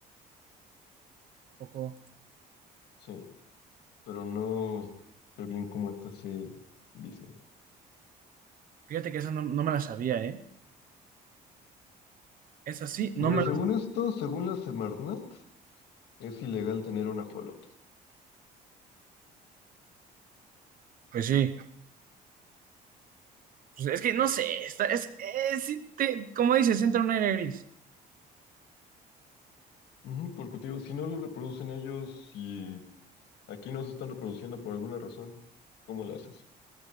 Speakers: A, on the right; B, on the left.
A: ¿A poco?
B: Sí, pero no sé bien cómo está ese business.
A: Fíjate que esa no, no me la sabía, ¿eh? Esa sí, no
B: Mira,
A: me la...
B: según esto, según la Semarnat, es ilegal tener un ajolote.
A: Pues sí, Pues es que no sé, está, es, eh, sí te- como dices, entra un aire gris.
B: Ujú, porque te digo, si no lo reproducen ellos y aquí no se están reproduciendo por alguna razón, ¿cómo lo haces?